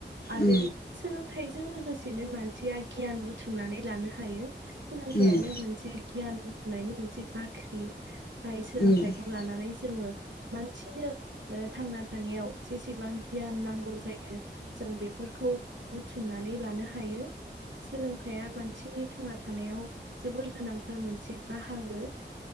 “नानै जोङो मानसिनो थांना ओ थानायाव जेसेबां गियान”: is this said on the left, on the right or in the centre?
Right